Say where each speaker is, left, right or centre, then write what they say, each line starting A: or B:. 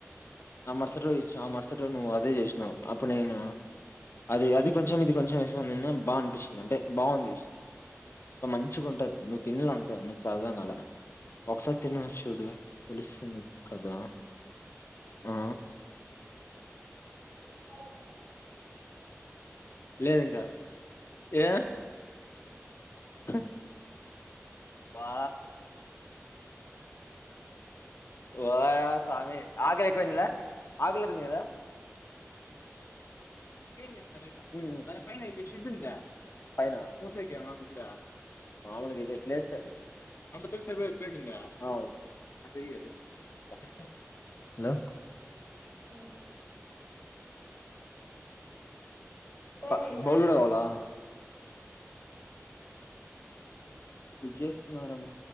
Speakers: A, on the left (about 50°); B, on the left (about 30°).
A: ఆ మరుసటి రోజు ఇచ్చు అమర్సర్ చెట్ల మీద అదే చేసి వు అప్పుడు నేను అది అది కొంచెం ఇది కొంచెం వేసుకుని నిన్న బాగా అనిపిస్తుంది అంటే బాగుంది మంచిగా ఉంటుంది నువ్వు తిని చూడు అంత నీకు అర్ధం కాలే ఒకసారి తినేసి చూడు తెలుస్తుంది ని కదా ఆ
B: మీకు <unintelligible> ఎక్కడన్నా
A: లేదు ఇంకా ఏ చె వా వా స్వామి ఆగలే ఎక్కువేదిలే ఆగలేతుంది కదా హలో
B: మ్మ్ టైం
A: బా
B: అయిందా
A: బౌలుడు కావాలా మిస్ చేస్తున్నారేమో